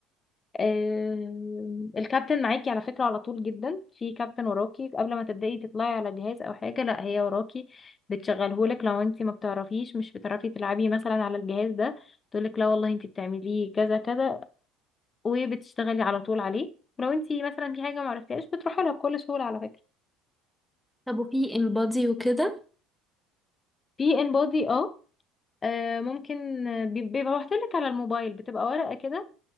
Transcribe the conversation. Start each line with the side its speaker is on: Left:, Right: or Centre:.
Left: آم، الكابتن معاكي على فكرة على طول جدا في كابتن وراكي قبل ما تبدأي تطلعي على جهاز او حاجة لا هي وراكي بتشغلهولك لو انت ما بتعرفيش مش بتعرفي تلعبي مثلا على الجهاز ده تقولك لا والله انت بتعمليه كذا كذا وبتشتغلي على طول عليه لو انت مثلا في حاجة ما عرفتيهاش بتروحي لها بكل سهولة على فكرة
Centre: طب وفي انبادي وكده
Left: في ان بودي اه آه، ممكن آه، بي- بيبقى لك على الموبايل بتبقى ورقة كده